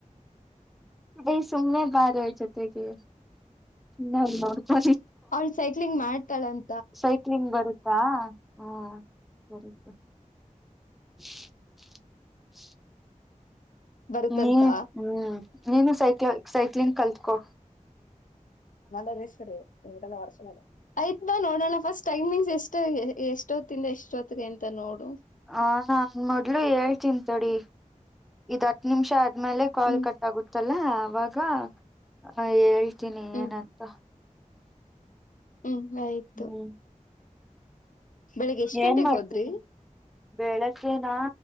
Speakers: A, in the centre; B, on the left (about 75°).
A: ಏ ಸುಮ್ನೆ ಬಾರೆ ಜೊತೆಗೆ ನನ್ ನೋಡ್ತಾ
B: ಅವ್ಳ ಸೈಕ್ಲಿಂಗ್ ಮಾಡ್ತಾಳ ಅಂ
A: ಸೈಕ್ಲಿಂಗ್ ಬರುತ್ತಾ ಹ್ಮ ಸರಿತ <unintelligible> <unintelligible>
B: ಬರುತ್ತಂತ
A: ನೀವ ಹ್ಮ್ ನೀನು ಸೈಕ್ಲ ಸೈಕ್ಲಿಂಗ್ ಕಲ್ತ್ಕೋ.
B: ನಲ್ಲ ರೇಸರ್ ಇಲ್ಲ ವರ್ಸಲಗ ಆಯ್ತ್ ಬಾ ನೋಡೋಣ ಫಸ್ಟ್ ಟೈಮಿಂಗ್ಸ್ ಎಷ್ಟು ಎಷ್ಟ ಹೊತ್ತಿಂದ ಎಷ್ಟ ಹೊತ್ತಗೆ ಅಂತ ನೋಡು
A: ಹ ನಾ ಮೊದ್ಲು ಹೇಳ್ ತಡಿ ಇದ್ ಹತ್ತು ನಿಮಿಷ ಆದ್ಮೇಲೆ ಕಾಲ್
B: ಹ್ಮ್
A: ಕಟ್ ಆಗುತ್ತಲ್ಲ ಅವಾಗ ಹೇಳ್ ತನಿ
B: ಹ್ಮ್
A: ಏನಂತ
B: ಹ್ಮ್ ಆಯ್ತು
A: ಹ್ಮ್
B: ಬೆಳಿಗ್ಗೆ ಎಷ್ಟ್
A: ಏನ್
B: ಗಂಟೆಗೆ
A: ಮಾಡ್ತದೆ
B: ಹೋದ್ರಿ
A: ಬೆಳ್ಳಿಗೆನಾ